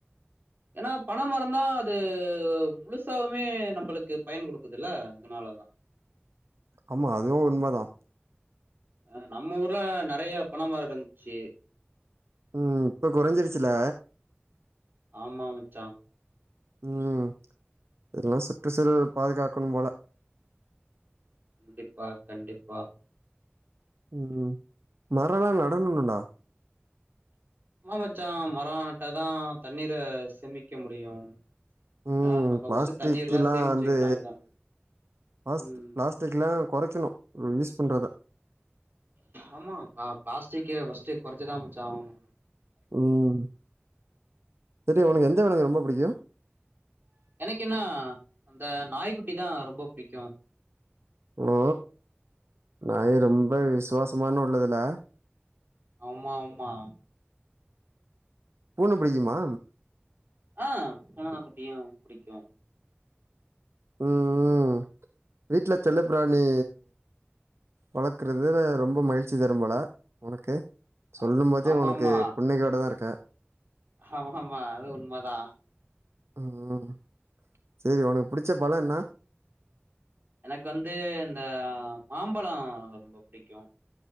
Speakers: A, on the right (about 55°); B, on the right (about 85°).
A: ஏன்னா பன மரந்தா அது முழுசாவுமே நம்மளுக்கு பயன் குடுக்குதுல்ல அதனாலதா.
B: ஆமா அதுவு உண்மதா.
A: ஆ நம்ம ஊர்ல நெறைய பன மரோ இருந்த்ச்சு.
B: ம் இப்ப கொறைஞ்சிருச்சுல்ல?
A: ஆமா மச்சா.
B: ம் எல்லா சுற்றுசூழல பாதுகாக்கணும் போல.
A: கண்டிப்பா கண்டிப்பா.
B: ம் மரோ எல்லா நடனுன்னன்டா.
A: ஆமா மச்சா மரோ நட்டாதா தண்ணீர சேமிக்க முடியு.
B: ம்
A: ஆ நம்ம
B: பிளாஸ்டிக்
A: ஃபர்ஸ்ட் தண்ணீர்ல்லா
B: எல்லா
A: சேமிச்சு
B: வந்து
A: வைக்கணு அதுதா
B: பிளாஸ்ட்
A: ம்
B: பிளாஸ்டிக் எல்லா கொறைக்கணு நம்ப யூஸ் பண்றத.
A: ஆமா ஆ பிளாஸ்டிக்க ஃபர்ஸ்ட்டு கொறைச்சுதா மச்சா ஆவனு.
B: ம் செரி உனக்கு எந்த விலங்கு ரொம்ப புடிக்கு?
A: எனக்கு என்ன அந்த நாய்க்குட்டிதா ரொம்ப புடிக்கு.
B: ஓ நாயி ரொம்ப விசுவாசமான உள்ளதுல?
A: ஆமா ஆமா.
B: பூன பிடிக்குமா?
A: ஆ பூன குட்டியு புடிக்கு.
B: ம் ம் வீட்ல செல்ல பிராணி வளக்கறது ரொம்ப மகிழ்ச்சி தரும் போல உனக்கு? சொல்லும்
A: ஆம்
B: போதே
A: ஆமா
B: உனக்கு
A: ஆமா
B: புன்னகையோடதா இருக்க.
A: ஆமா ஆமா அது உண்மதா.
B: ம் சேரி உனக்கு புடிச்ச பழோ என்ன?
A: எனக்கு வந்து இந்த மாம்பழோ ரொம்ப புடிக்கு.